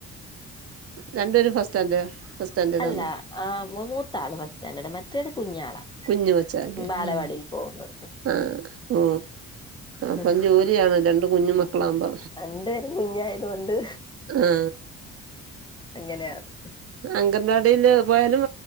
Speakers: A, on the right; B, on the left.
A: <inaudible> രണ്ടുപേരും ഫസ് സ്റ്റാൻഡ്‌ ഫസ്റ്റ് സ്റ്റാൻഡേതാന്ന്.
B: അല്ല ആഹ് മൂ മൂത്താള് ഫസ്റ്റ് സ്റ്റാൻഡേർഡ് മറ്റേത് കുഞ്ഞാളാ
A: കുഞ്ഞുവച്ചാ <unintelligible>
B: ബാലവാടിയിൽ പോകുന്നു
A: ആ ഓ അപ്പം
B: ഉം
A: ജോലിയാണ് രണ്ട് കുഞ്ഞു മക്കളാവുമ്പോ.
B: രണ്ട് പേരും കുഞ്ഞായത് കൊണ്ട്
A: ആ
B: അങ്ങനെയാണ്
A: അങ്കൻവാടില്. പോയാലും